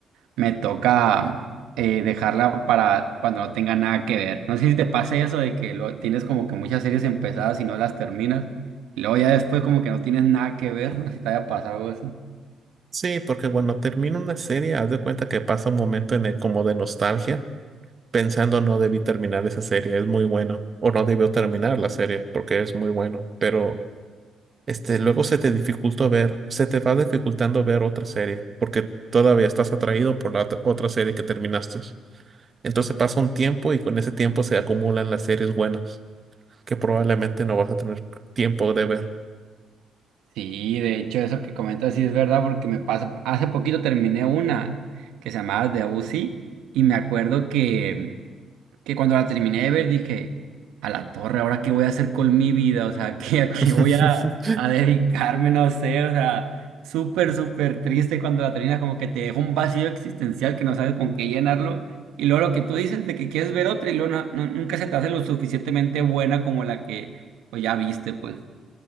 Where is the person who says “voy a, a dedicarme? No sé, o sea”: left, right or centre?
Right